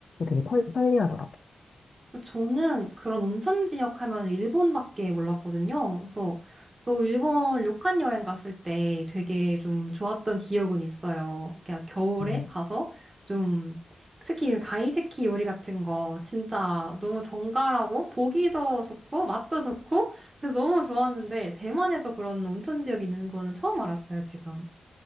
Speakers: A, on the left; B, on the right.
A: 되게 펄- 편리하더라고요.
B: 저는 그런 온천 지역 하면 일본밖에 몰랐거든요. 그래서 또 일본 료칸 여행 갔을 때 되게 좀 좋았던 기억은 있어요. 그러니까 겨울에
A: 음.
B: 가서 좀 특히 그 가이세키 요리 같은 거 진짜 너무 정갈하고 보기도 좋고 맛도 좋고 그래서 너무 좋았는데 대만에도 그런 온천 지역이 있는 거는 처음 알았어요, 지금.